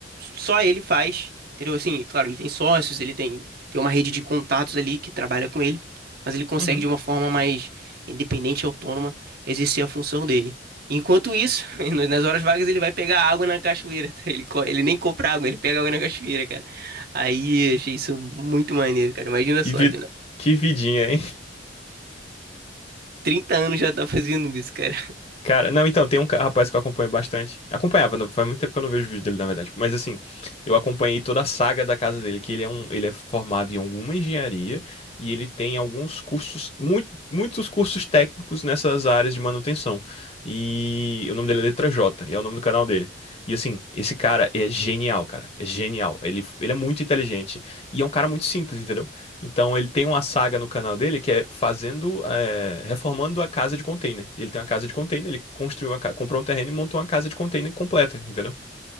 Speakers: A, on the right; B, on the left.
A: só ele faz, entendeu? Assim, claro, ele tem sócios, ele tem, tem uma rede de contatos ali que trabalha com ele, mas ele consegue
B: Uhum.
A: de uma forma mais independente e autônoma exercer a função dele. Enquanto isso, <laughs> no- nas horas vagas ele vai pegar água na cachoeira, tá? Ele, co- ele nem compra água, ele pega água na cachoeira, cara. Aí, eu achei isso muito maneiro, cara. Imagina só,
B: Que vi-
A: tendo
B: que vidinha, hein?
A: 30 anos já tá fazendo isso, cara.
B: Cara, não, então, tem um ca- rapaz que eu acompanho bastante. Acompanhava, não- faz muito tempo que eu não vejo o vídeo dele, na verdade. Mas assim, eu acompanhei toda a saga da casa dele, que ele é um, ele é formado em alguma engenharia e ele tem alguns cursos, muito, muitos cursos técnicos nessas áreas de manutenção. E o nome dele é Letra J, e é o nome do canal dele. E assim, esse cara é genial, cara. É genial. Ele, ele é muito inteligente e é um cara muito simples, entendeu? Então ele tem uma saga no canal dele que é fazendo, é, reformando a casa de container. Ele tem uma casa de container, ele construiu uma, ca- comprou um terreno e montou uma casa de container completa, entendeu?